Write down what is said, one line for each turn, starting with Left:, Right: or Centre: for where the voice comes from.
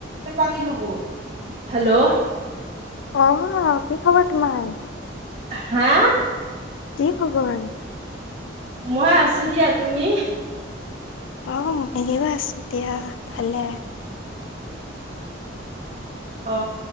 Right: <unintelligible> Hello,
Left: অ কি খবৰ তোমাৰ
Right: হা?
Left: কি খবৰ?
Right: মই আছো দিয়া, তুমি?
Left: অ মইও আছো দিয়া ভালে।
Right: অ', অ